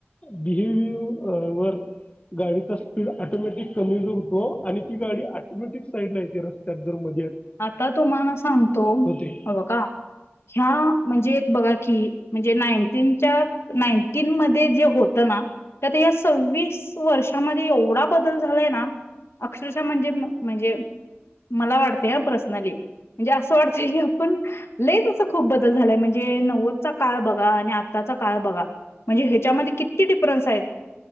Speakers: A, on the left; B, on the left.
A: भिहेविअरवर. गाडीचा स्पीड ऑटोमॅटिक कमी ज होतो आणि ती गाडी ऑटोमॅटिक साईड ला येते रस्त्यात जर म
B: आता तुम्हाला सांगतो
A: होते
B: हे ब का ह्या म्हणजे एक बघा म्हणजे नाइन टिनच्या नाइनटिन मध्ये जे होत ना त्यात या सव्वीस त वर्षामध्ये एवढा बदल झालाय ना अक्षरशः म्हणजे म्हणजे मला वाटतय ह पर्सनली म्हणजे असं वाटतंय क पण लयच असं खूप बदल झालाय म्हणजे नव्वदचा काळ बघा आणि आताचा काळ बघा म्हणजे ह्याच्यामध्ये किती डिफरन्स आहेत